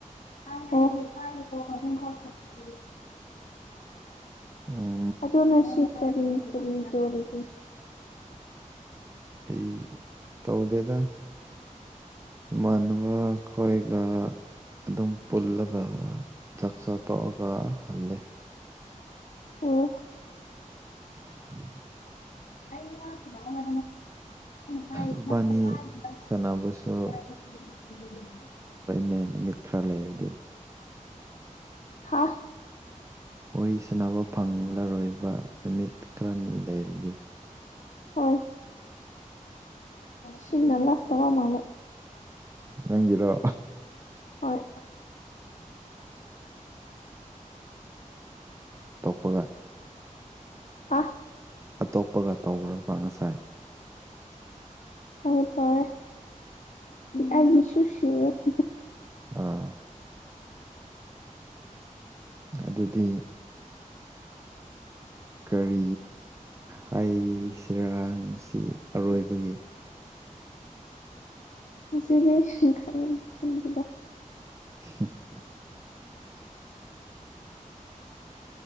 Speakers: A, on the left (about 65°); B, on the right (about 20°).
A: ꯑꯣ
B: ꯎꯝ
A: ꯑꯗꯨ ꯅꯁꯤ ꯀꯔꯤ ꯀꯔꯤ ꯇꯧꯔꯤꯒꯦ
B: ꯑꯩ ꯇꯧꯗꯦꯗꯥ ꯏꯃꯅꯕ ꯍꯣꯏ ꯒ ꯑꯗꯨꯝ ꯄꯨꯜꯂꯒ ꯆꯥꯛꯆꯥꯥ ꯇꯣꯛꯑꯒ ꯍꯜꯂꯦ
A: ꯑꯣ
B: <inaudible>
A: ꯑꯩ ꯅ ꯃ ꯃꯥ ꯏꯪꯅꯪꯥꯏꯪ
B: ꯏꯕꯥꯅꯤ ꯁꯥꯟꯅꯕꯁꯨ ꯅꯦ ꯅꯨꯃꯤꯠ ꯈꯔ ꯂꯩꯔꯗꯤ
A: ꯍꯥ
B: ꯋꯥꯔꯤ ꯁꯥꯟꯅꯕ ꯐꯪꯂꯔꯣꯏꯕ ꯅꯨꯃꯤꯠ ꯈꯥꯔꯥꯅꯤ ꯂꯩꯔꯗꯤ
A: ꯍꯣꯏ ꯁꯤꯅ ꯂꯥꯁꯇ꯭ ꯃꯥꯂꯦ
B: ꯅꯪ ꯒꯤꯔꯣ
A: ꯍꯣꯏ
B: ꯇꯣꯞꯄꯒ
A: ꯑꯥ
B: ꯑꯇꯣꯞꯄꯒ ꯇꯧꯕꯔ꯭ꯕ ꯉꯁꯥꯏ
A: ꯍꯣꯏ ꯇꯧꯏ ꯑꯩꯒꯤꯁꯨ ꯁꯨꯔꯦ <inaudible>
B: ꯑꯥ ꯑꯗꯨꯗꯤ ꯀꯔꯤ ꯍꯩꯏꯁꯤꯔꯥ ꯉꯁꯤ ꯑꯔꯣꯏꯕꯒꯤ
A: ꯉꯁꯤꯗꯤ ꯈꯔ ꯈꯪꯗꯦꯗ
B: ꯑ